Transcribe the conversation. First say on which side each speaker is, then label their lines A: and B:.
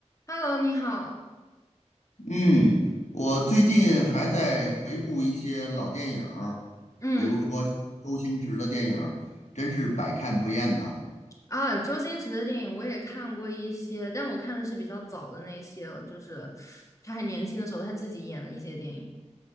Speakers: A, on the left; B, on the left.
A: Hello，你好。
B: 嗯，我最近还在回顾一些老电影儿比如说像周星驰的电影儿真是百看不厌呐。
A: 嗯啊，周星驰的电影我也看过一些，但我看的是比较早的那些了，就是他还年轻的时候他自己演的一些电影。